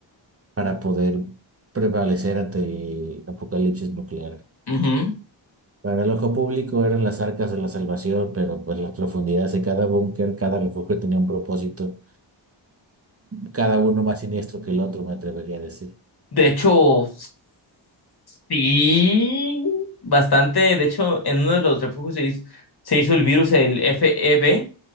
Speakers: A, on the right; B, on the left.
A: para poder prevalecer ante el apocalipsis nuclear.
B: ujú.
A: Para el ojo público eran las arcas de la salvación, pero pues las profundidades de cada búnker, cada refugio tenía un propósito, cada uno más siniestro que el otro, me atrevería a decir.
B: De hecho, sí, bastante. De hecho, en uno de los refugios se hizo, se hizo el virus, el FEB,